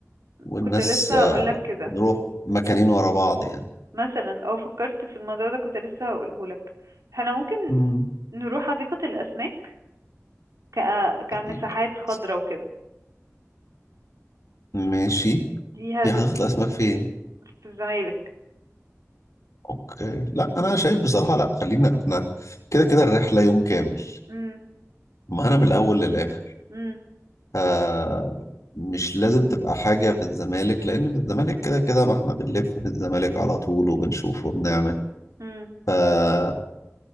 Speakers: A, on the left; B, on the right.
A: والناس
B: كنت لسه
A: آه،
B: هقولك كده
A: نروح مكانين ورا بعض يعني
B: مثلا او فكرت في الموضوع ده كنت لسه هقوله لك احنا ممكن
A: مم.
B: نروح حديقة الأسماك ك... كمساحات
A: حديقة الأسماك.
B: خضراء وكده
A: ماشي
B: دي هتبقى
A: هي حديقة الاسماك فين
B: في الزمالك
A: اوكي لا انا شايف بصراحة لا خلينا احنا كده كده الرحلة يوم كامل
B: مم.
A: ما انا من الاول للاخر
B: مم.
A: آه، مش لازم تبقى حاجة في الزمالك لان في الزمالك كده كده ما احنا بنلف في الزمالك على طول وبنشوف وبنعمل
B: مم.
A: فممكن